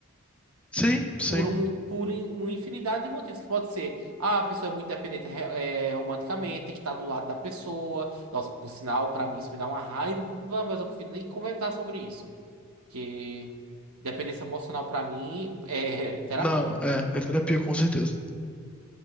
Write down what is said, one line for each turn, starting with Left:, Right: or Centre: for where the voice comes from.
Centre: Sim, sim.
Right: Por, um, por in- uma infinidade de motivos. Que pode ser, ah, a pessoa é muito dependente eh, eh, romanticamente, tem que estar do lado da pessoa. Nossa, por sinal, pra mim isso me dá uma raiva, mas eu prefiro nem comentar sobre isso. Que dependência emocional pra mim é <laughs> terapia.
Centre: Não, é, é terapia, com certeza.